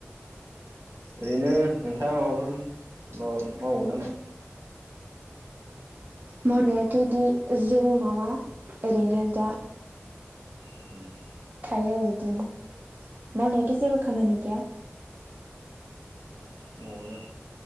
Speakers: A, on the right; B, on the right.
A: ओरैनो नोंथाङा माबाफोर मा मावो नामा?
B: मावनायाथ'दि जेबो मावा ओरैनो दा
A: <inaudible>
B: थायो आरो बिदिनो मावनायाथ' जेबो खामानि गैया।
A: न'आवनो